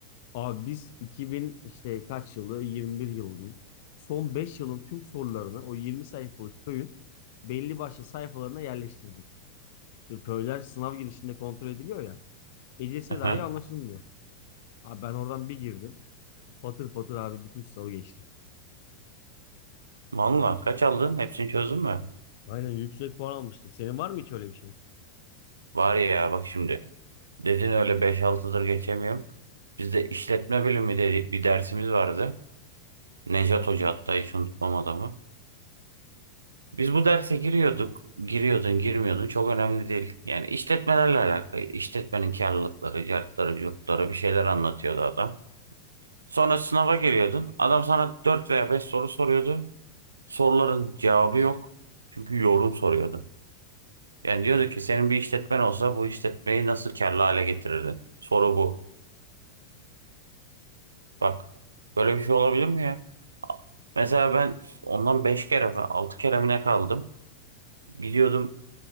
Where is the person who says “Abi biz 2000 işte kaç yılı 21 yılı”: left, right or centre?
Left